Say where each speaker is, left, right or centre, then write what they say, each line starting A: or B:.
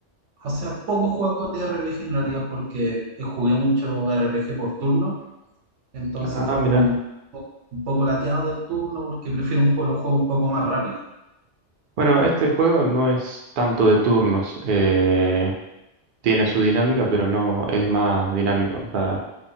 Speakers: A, on the right (about 75°); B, on the right (about 60°).
A: O sea, pocos juegos de RPG en realidad porque eh, jugué mucho RPG por turno, entonces
B: Ah,
A: fue
B: mira.
A: como que un po- un poco lateado del turno porque prefiero un juego, los juegos un poco más rápido.
B: Bueno, este juego no es tanto de turnos. eh, tiene su dinámica, pero no es más dinámico. O sea,